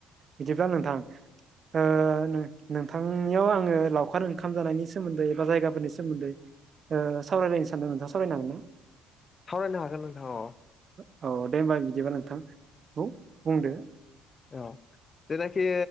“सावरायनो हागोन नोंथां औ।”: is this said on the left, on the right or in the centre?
Left